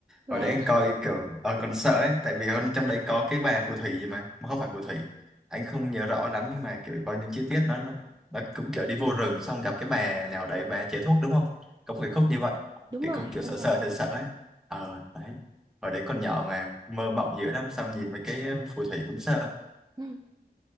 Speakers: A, on the right; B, in the centre.
A: vậy
B: hồi đấy
A: hả
B: anh coi kiểu ờ, còn sợ ấy tại vì ở trong đấy có cái bà phù thủy gì mà mà không phải phù thủy anh không nhớ rõ lắm nhưng mà kiểu có những chi tiết nó nó, nó cũng kiểu đi vô rừng xong gặp cái bà nào đấy bà chế thuốc đúng không có một cái khúc như vậy
A: đúng
B: thì
A: rồi
B: cũng kiểu
A: đúng
B: sợ
A: rồi
B: sợ sợ sợ ấy ờ đấy hồi đấy con nhỏ mà mơ mộng dữ lắm xong nhìn mấy cái ờ, phù thủy cũng sợ
A: ừ.